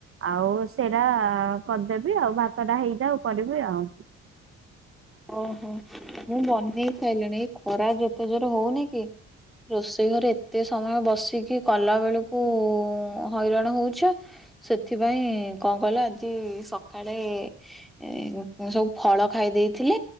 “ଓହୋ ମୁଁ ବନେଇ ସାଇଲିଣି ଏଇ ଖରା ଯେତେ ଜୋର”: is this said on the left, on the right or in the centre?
Centre